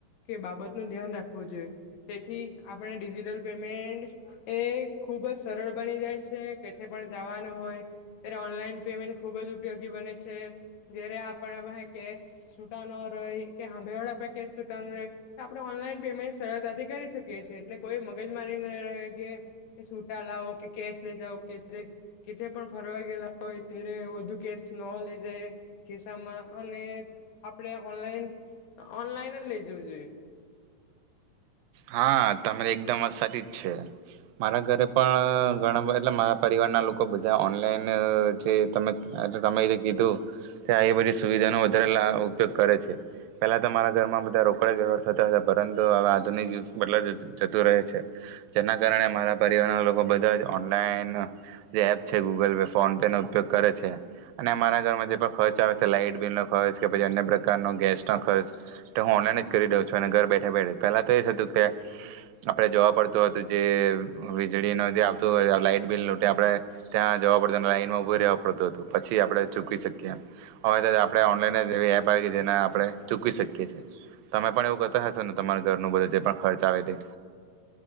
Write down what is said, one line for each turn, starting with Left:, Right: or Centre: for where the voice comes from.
Left: કે બાબત નું ધ્યાન રાખવું જોઈએ. તેથી આપણે ડિજિટલ પેમેન્ટ એ ખુબ જ સરળ બની જાય છે, કેથે પણ જવાનું હોય, ત્યારે ઓનલાઈન પેમેન્ટ ખુબ જ ઉપયોગી બને છે. જયારે આપણા પાહે કેશ છૂટા નો રહે કે હામેવાળા પાહે કેશ છૂટા ન રહે આપણે ઓનલાઈન પેમેન્ટ સરળતાથી કરી શકીએ છીએ, એટલે કોઈ મગજમારી ન રહે, કે સુટા લાવો કે કેશ લઇ જાવ કે જે કેથે પણ ફરવા ગયેલા હોય ત્યારે વધુ કેશ ન લઈ જાયએખિસ્સામાં અને આપણે ઓનલાઈન-ઓનલાઈન લે જવું જોઈએ.
Right: હા તમારે એકદમ વાત સાચી જ છે. મારા ઘરે પણ ઘણા બધા એટલે મારા પરિવારના લોકો બધા ઓનલાઈન જે તમે એટલે તમે જે કીધું કે એ બધી સુવિધાનો વધારે લા ઉપયોગ કરે છે. પેલા તો મારા ઘરમાં બધા રોકડા વ્યવહાર થતા હતા પરંતુ હવે <unintelligible> જતું રહે છે. જેના કારણે મારા પરિવારના લોકો બધા જ ઓનલાઈન જે એપ છે ગૂગલ પે, ફોન પે, નો ઉપયોગ કરે છે, અને અમારા ઘરમાં જે પણ ખર્ચ આવે છે, લાઈટ બિલનો ખર્ચ, કે પછી અન્ય પ્રકારનો ગેસનો ખર્ચ, તો હું ઓનલાઈન જ કરી દઉં છું. અને ઘર બેઠા બેઠે તરત તો એ જ હતું કે આપડે જોવા પડતું હતું જે વીજળી નો જે આવતું હોય લાઈટ બિલ નું તે આપણે ત્યાં જવા પડતું, લાઈન માં ઉભી રહેવા પડતું હતું, પછી આપણે ચૂકવી શકીએ. હવે તો આપણે ઓનલાઈન જ નવી એપ આવી ગઈ જેને આપણે ચૂકવી શકીએ છીએ. તમે પણ એવું કરતા હશો ને તમાર ઘરનું બધું જે પણ ખર્ચ આવે તે?